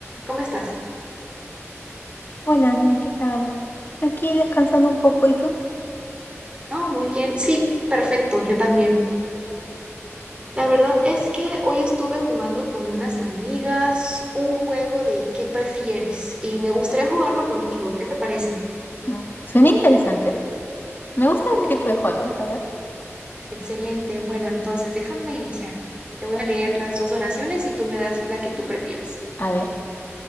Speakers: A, on the right; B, on the left.
A: ¿Cómo estás?
B: Hola, Nay, ¿qué tal? Aquí descansando un poco, ¿y tú?
A: Oh, muy bien. Sí, perfecto, yo también. La verdad es que hoy estuve jugando con unas amigas un juego de ¿qué prefieres? Y me gustaría jugarlo contigo. ¿Qué te parece?
B: Mm, suena interesante. Me gusta
A: Ok,
B: ese tipo de juegos. A ver,
A: excelente. Bueno, entonces déjame iniciar. Te voy a leer las dos oraciones y tú me das la que tú prefieras.
B: a ver,